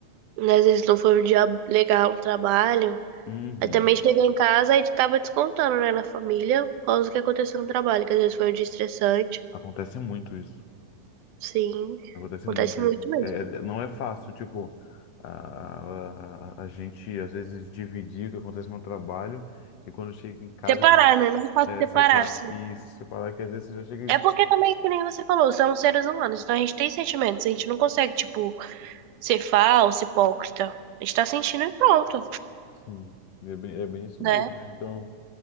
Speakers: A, on the right (about 85°); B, on the left (about 65°).
A: né? Às vezes não foi um dia legal no trabalho.
B: Uhum.
A: Aí também chega em casa e acaba descontando, né, na família, por causa do que aconteceu no trabalho, que às vezes foi um dia estressante.
B: Acontece muito isso.
A: Sim,
B: Acontece
A: acontece
B: muito.
A: muito
B: isso.
A: mesmo.
B: É, é- é, não é fácil, tipo, a, a, a gente às vezes dividir o que acontece no trabalho e quando chega em casa
A: Separar,
B: que se-
A: né? Não é fácil
B: é,
A: separar,
B: separa.
A: assim.
B: E isso, separar que às vezes você já chega.
A: É
B: e-
A: porque também, que nem você falou, somos seres humanos, então a gente tem sentimentos, a gente não consegue, tipo, ser falso, hipócrita. A gente tá sentindo e pronto,
B: Sim, é bem, é bem isso
A: né?
B: mesmo, né? Então,